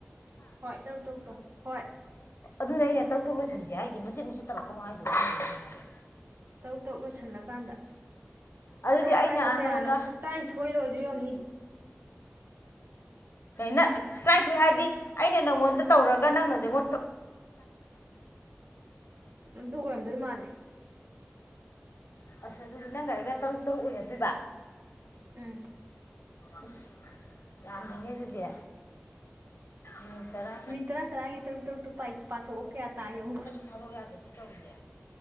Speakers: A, on the right; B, on the left.
A: ꯍꯣꯏ ꯇꯧ ꯇꯧ ꯇꯧ ꯍꯣꯏ
B: ꯑꯗꯨꯅ ꯑꯩꯅ ꯇꯔꯨ ꯇꯨ ꯂꯣꯏꯁꯟꯁꯦ ꯍꯥꯏꯗꯤ ꯃꯆꯠ ꯃꯆꯠ ꯇꯧꯔꯛꯄꯅꯣ ꯍꯥꯏꯗꯣ ꯍꯥꯏꯦ
A: ꯇꯔꯨꯛ ꯇꯔꯨꯛ ꯂꯣꯏꯁꯤꯜꯂꯀꯥꯟꯗ
B: ꯑꯗꯨꯗꯤ
A: ꯇꯔꯨꯛ
B: ꯑꯩꯅ
A: ꯀꯥꯏꯁꯦ ꯀꯌꯥꯅꯣ
B: ꯅꯪꯉꯣꯟꯗ
A: ꯍꯗ ꯇꯔꯥꯅꯤꯊꯣꯏ ꯂꯣꯏꯗꯣꯏ ꯌꯣꯅꯤ
B: ꯅ ꯆꯥꯏꯊꯣꯛꯑꯦ ꯍꯥꯏꯔꯗꯤ ꯑꯩꯅ ꯅꯪꯉꯣꯟꯗ ꯇꯧꯔꯒ ꯅꯪꯅꯁꯨ
A: ꯑꯗꯨ ꯑꯣꯏꯔꯝꯗꯣꯏ ꯃꯥꯜꯂꯦ
B: ꯑꯁ ꯑꯗꯨꯗꯤ ꯅꯪꯒ ꯑꯩꯒ ꯇꯔꯨꯛ ꯇꯔꯨꯛ ꯑꯣꯏꯅꯗꯣꯏꯕ
A: ꯎꯝ
B: ꯑꯁ ꯌꯥꯝꯃꯤꯅꯦ ꯑꯗꯨꯗꯤ ꯃꯤꯅꯤꯠ ꯇꯔꯥ
A: ꯃꯤ ꯇꯔꯥ ꯇꯔꯥꯒꯤ ꯇꯔꯨꯛ ꯇꯔꯨꯛꯇꯣ ꯄꯥꯏ ꯄꯥꯊꯣꯛꯑꯣ ꯀꯌꯥ ꯇꯥꯏꯧ
B: ꯊꯥꯖꯒꯥꯗꯗꯤ ꯇꯧꯔꯤꯁꯦ